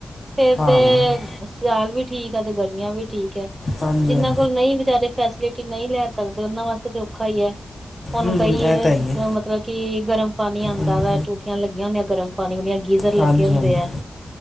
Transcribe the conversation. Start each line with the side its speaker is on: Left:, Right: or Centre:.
Right: ਫਿਰ
Left: ਹਾਂ
Right: ਤੇ
Left: ਹਾਂਜੀ
Right: ਸਿਆਲ ਵੀ ਠੀਕ ਐ, ਤੇ ਗਰਮੀਆਂ ਵੀ ਠੀਕ ਐ।
Left: ਹਾਂਜੀ
Right: ਜਿੰਨਾ
Left: ਹੂੰ
Right: ਕੋਲ ਨਹੀਂ ਵਿਚਾਰੇ ਫੈਸ ਲੇਟੀ ਨਹੀਂ ਲੈ ਸਕਦੇ ਉਹਨਾਂ ਵਾਸਤੇ ਤਾਂ ਔਖਾ ਈ ਐ। ਹੁਣ
Left: ਹੂੰ
Right: ਕਈ
Left: ਇਹ ਤਾਂ ਹੈਗੀ
Right: ਚ
Left: ਹੈ
Right: ਮਤਲਬ ਕਿ ਗਰਮ ਪਾਣੀ ਆਂਦਾ
Left: ਹੂੰ
Right: ਵਾ ਟੂਟੀਆਂ ਲੱਗੀਆਂ ਹੁੰਦੀਆਂ ਗਰਮ ਪਾਣੀ ਵਾਲੀਆ, ਗੀਜ਼ਰ ਲੱਗੇ
Left: ਹਾਂਜੀ
Right: ਹੁੰਦੇ
Left: ਹਾਂਜੀ
Right: ਐ।